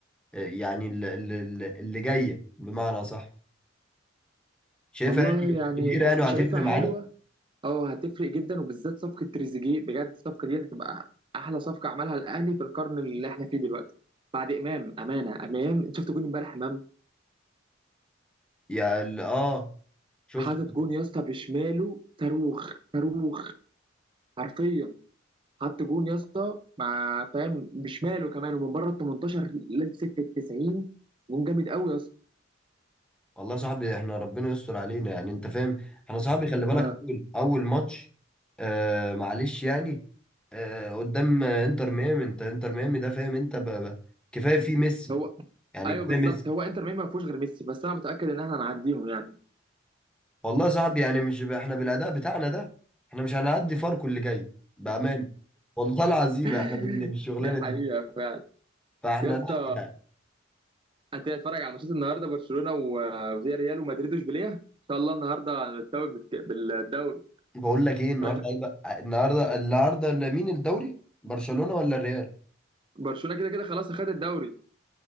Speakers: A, in the centre; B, on the right.
A: يعني ال- ال- ال- اللي جايه بمعنى صح شايفها
B: والله
A: يعني
B: يعني
A: كبيره يعني وهتفرق
B: شايفها
A: معانا
B: حلوه اه هتفرق جدا وبالذات صفقه تريزيجيه بجد الصفقه دي هتبقى احلى صفقه عملها الاهلي في القرن اللي احنا فيه دلوقتي بعد امام امانه امام انت شفت جون امبارح امام
A: يا ال- اه شفت
B: حاطط جون يا اسطى بشماله صاروخ صاروخ حرفيا حط جون يا اسطى مع فاهم بشماله كمان ومن بره ال 18 لمسك في ال 90 جون جامد قوي يا اسطى
A: والله يا صاحبي احنا ربنا يستر علينا يعني انت فاهم احنا صاحبي خلي بالك
B: آه.
A: اول اول ماتش آه معلش يعني آه قدام انتر ميامي انت انتر ميامي ده فاهم انت ب- ب- كفايه فيه ميسي
B: هو
A: يعني
B: ايوه
A: كفايه
B: بالظبط
A: ميسي
B: هو انتر ميامي ما فيهوش غير ميسي بس انا متاكد ان احنا هنعديهم يعني
A: والله يا صاحبي يعني مش ب- احنا بالاداء بتاعنا ده احنا مش هنعدي فاركو اللي جاي بامان والله العظيم
B: <laughs>
A: احنا بال- بالشغلانه
B: دي حقيقه
A: دي
B: فعلا
A: فاحنا
B: يا اسطى
A: لا يعني
B: هتيجي اتفرج على ماتشات النهارده برشلونه و- وفيا ريال ومدريد واشبيليه ان شاء الله النهارده هنتوج بالك- بالدوري
A: بقول لك ايه النهارده
B: أنا خ-
A: ايه بقى النهارده النهارده مين الدوري برشلونه ولا الريال
B: برشلونه كده كده خلاص اخد الدوري